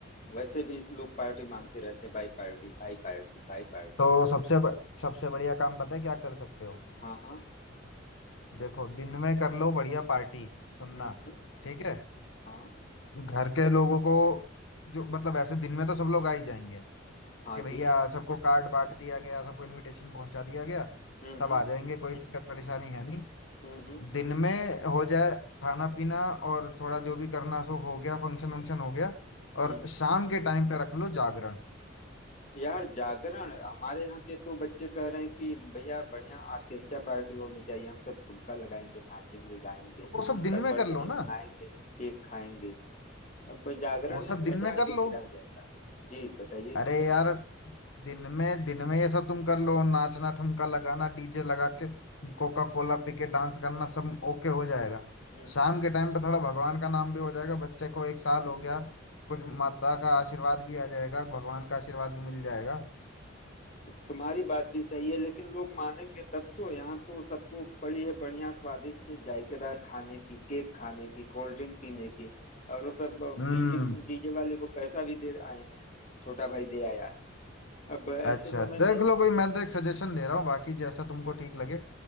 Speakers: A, on the left (about 35°); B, on the left (about 75°).
A: वैसे भी इस लोग पार्टी मांगते रहते हैं भाई पार्टी भाई पार्टी भाई पार्टी
B: तो सबसे ब, सबसे बढ़िया काम पता है क्या कर सकते हो
A: हाँ हाँ
B: देखो दिन में कर लो बढ़िया पार्टी सुनना
A: हम्म हम्म
B: ठीक है
A: हाँ
B: घर के लोगों को जो मतलब ऐसे दिन में तो सब लोग आ ही जाएंगे
A: हाँ
B: कि भैया
A: जी
B: सबको कार्ड बांट दिया गया सबको इनविटेशन पहुंचा दिया गया
A: हम्म
B: सब
A: हम्म
B: आ जाएंगे कोई दिक्कत परेशानी है नहीं
A: हम्म
B: दिन में हो जाए खाना पीना और थोड़ा जो भी करना सो हो गया फंक्शन वंक्शन हो गया और
A: हम्म
B: शाम के टाइम पे रख लो जागरण
A: यार जागरण हमारे यहाँ के तो बच्चे कह रहे हैं कि भैया बढ़िया ऑर्केस्ट्रा पार्टी होनी चाहिए हम सब ठुमका लगाएंगे नाचेंगे गाएंगे
B: वो सब दिन
A: तब
B: में
A: बर्थडे
B: कर लो ना
A: मनाएंगे केक खाएंगे अब जागरण
B: वो
A: में
B: सब दिन
A: मजा
B: में कर
A: किरकिरा
B: लो
A: हो जाएगा जी बताइए
B: अरे यार दिन में दिन में ये सब तुम कर लो नाचना ठुमका लगाना डीजे लगा के कोका कोला पी के डांस करना सब ओके हो जाएगा
A: हम्म
B: शाम
A: हम्म।
B: के टाइम पे थोड़ा भगवान का नाम भी हो जाएगा बच्चे को एक साल हो गया कुछ माता का आशीर्वाद भी आ जाएगा भगवान का आशीर्वाद भी मिल जाएगा
A: तुम्हारी बात भी सही है लेकिन लोग मानेंगे तब तो यहाँ तो सबको पड़ी है बढ़िया स्वादिष्ट जायकेदार खाने की केक खाने की कोल्ड ड्रिंक पीने की और वो सब
B: हम्म
A: डीजे डीजे वाले को पैसा भी दे आए हैं छोटा भाई दे आया है अब ऐसे
B: अच्छा
A: समय
B: देख
A: में
B: लो भाई मैं तो एक सजेशन दे रहा हूँ बाकी जैसा तुमको ठीक लगे